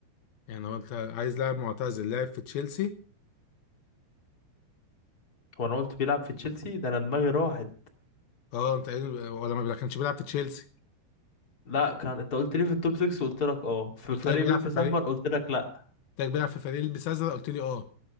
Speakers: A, on the left (about 70°); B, on the left (about 40°).
A: يعني هو انت عايز لاعب معتزل لاعب في تشيلسي
B: هو انا قلت بيلعب في تشيلسي ده انا دماغي راحت
A: اه انت قايل ولا ما كانش بيلعب في تشيلسي
B: لا كان انت قلت لي في التوب 6 قلت لك اه في
A: قلت
B: فريق
A: لك بيلعب
B: بيلبس
A: في فريق
B: احمر
A: قلت
B: قلت لك لا
A: لك بيلعب في فريق البس ازرق قلت لي اه